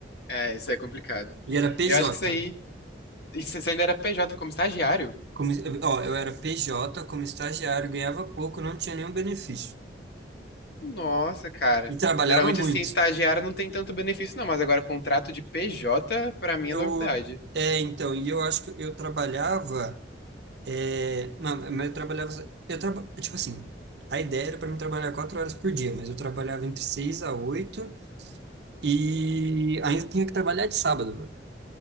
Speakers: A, on the left (about 60°); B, on the right (about 60°).
A: É, isso é complicado.
B: E era PJ.
A: Eu acho que isso aí. e Você ainda era PJ como estagiário?
B: Como, ó, eu era PJ, como estagiário, ganhava pouco, não tinha nenhum benefício.
A: Nossa, cara.
B: E trabalhava
A: Geralmente,
B: muito.
A: assim, estagiário não tem tanto benefício, não, mas agora contrato de PJ, pra mim,
B: Eu,
A: é novidade.
B: é, então, e eu acho que eu trabalhava, é, não, mas eu trabalhava, eu traba, tipo assim, a ideia era para mim trabalhar quatro horas por dia, mas eu trabalhava entre seis a oito e ainda tinha que trabalhar de sábado, mano.